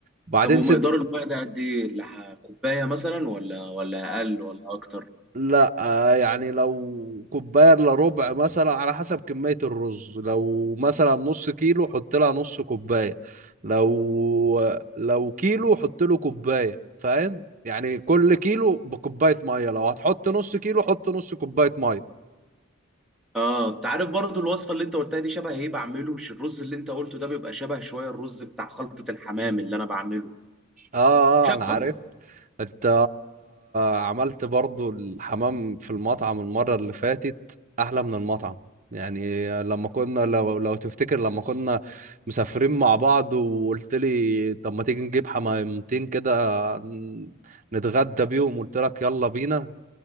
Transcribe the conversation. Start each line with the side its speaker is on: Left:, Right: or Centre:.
Right: وبعدين
Centre: طب ومقدار
Right: سيب
Centre: الماء ده قد ايه اللي ه- كوبايه مثلا ولا ولا اقل ولا اكتر
Right: لا آه، يعني لو كوباية إلا ربع مثلا على حسب كمية الرز لو مثلا نص كيلو حط لها نص كوباية لو لو كيلو حط له كوباية فاهم يعني كل كيلو بكوباية مية لو هتحط نص كيلو حط نص كوباية مية
Centre: اه انت عارف برضو الوصفه اللي انت قلتها دي شبه ايه بعمله الرز اللي انت قلته ده بيبقى شبه شويه الرز بتاع خلطه الحمام اللي انا بعمله
Right: اه
Centre: شبه
Right: اه انا عارف انت عملت برضو الحمام في المطعم المرة اللي فاتت احلى من المطعم يعني لما كنا لو, لو تفتكر لما كنا مسافرين مع بعض وقلت لي طب ما تيجي نجيب حمامتين كده ن- نتغدى بيهم قلت لك يلا بينا